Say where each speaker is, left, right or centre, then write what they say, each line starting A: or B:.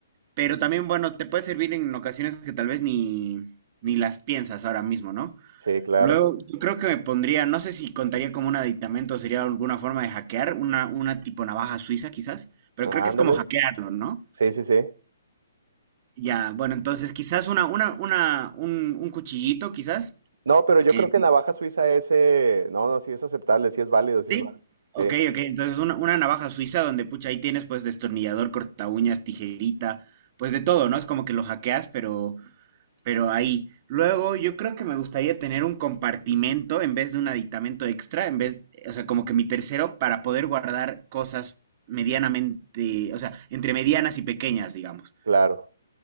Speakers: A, on the right; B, on the right.
A: pero también, bueno, te puede servir en ocasiones que tal vez ni, ni las piensas ahora mismo, ¿no?
B: Sí, claro.
A: Luego, yo creo que me pondría, no sé si contaría como un aditamento, sería alguna forma de hackear, una, una tipo navaja suiza quizás, pero
B: Ándale.
A: creo que es como hackearlo, ¿no?
B: Sí, sí, sí.
A: Ya, bueno, entonces quizás una, una, una, un, un cuchillito quizás,
B: No, pero yo
A: que
B: creo que navaja suiza ese, no, no, sí es aceptable, sí es válido, sí
A: Sí,
B: es válido.
A: ok,
B: Sí,
A: ok. Entonces una, una navaja suiza donde, pucha, ahí tienes pues destornillador, corta uñas, tijerita, pues de todo, ¿no? Es como que lo hackeas, pero, pero ahí. Luego yo creo que me gustaría tener un compartimento en vez de un aditamento extra, en vez, o sea, como que mi tercero para poder guardar cosas medianamente, o sea, entre medianas y pequeñas, digamos,
B: claro.